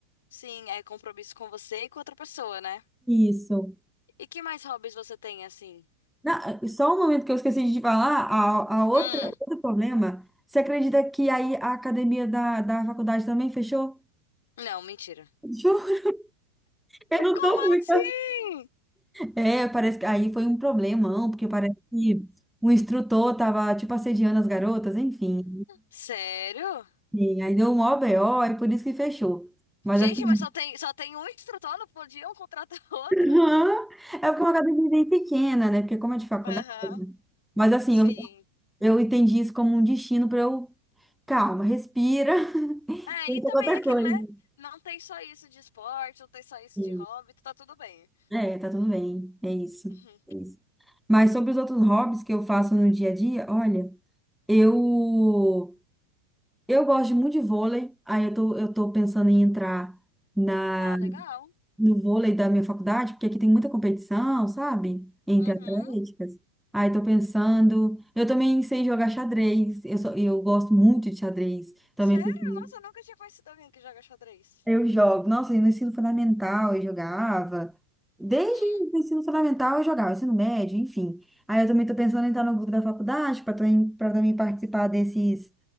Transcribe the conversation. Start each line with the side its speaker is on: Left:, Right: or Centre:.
Left: Sim, é compromisso com você e com outra pessoa, né?
Centre: Isso.
Left: E que mais hobbies você tem, assim?
Centre: Na- só um momento que eu esqueci de te falar, a, a outra,
Left: Hum,
Centre: outro problema, você acredita que aí a academia da, da faculdade também fechou?
Left: não, mentira.
Centre: Fechou? <laughs> Eu não
Left: Como
Centre: tô muito...
Left: assim?
Centre: É, parece que aí foi um problemão, porque parece que o instrutor tava, tipo, assediando as garotas, enfim.
Left: Sério?
Centre: E aí deu um maior BO, é por isso que fechou. Mas
Left: Gente,
Centre: assim,
Left: mas só tem, só tem um instrutor, não podiam contratar <laughs> outro?
Centre: <laughs> aham, é porque é uma academia bem pequena, né? Porque como é de faculdade.
Left: Aham,
Centre: né? Mas assim,
Left: sim.
Centre: eu, eu entendi isso como um destino para eu, calma, respira, <laughs>
Left: É,
Centre: pensa
Left: e também
Centre: em outra
Left: é aquilo,
Centre: coisa.
Left: né? Não tem só isso de esporte, não tem só isso
Centre: E,
Left: de hobby, tá tudo bem.
Centre: é, tá tudo bem, é isso,
Left: Uhum.
Centre: é isso. Mas sobre os outros hobbies que eu faço no dia a dia, olha, eu Eu gosto muito de vôlei, aí eu tô, eu tô pensando em entrar na,
Left: Ah, legal.
Centre: no vôlei da minha faculdade, porque aqui tem muita competição, sabe? Entre
Left: Uhum.
Centre: atléticas. Aí tô pensando. Eu também sei jogar xadrez, eu, sou, eu gosto muito de xadrez. Também
Left: Sério?
Centre: pensei
Left: Nossa, eu nunca tinha conhecido alguém que joga xadrez.
Centre: eu jogo. Nossa, e no ensino fundamental eu jogava. Desde
Left: Hum,
Centre: o ensino fundamental eu jogava, ensino médio, enfim. Aí eu também tô pensando em entrar no grupo da faculdade para também, para também participar desses,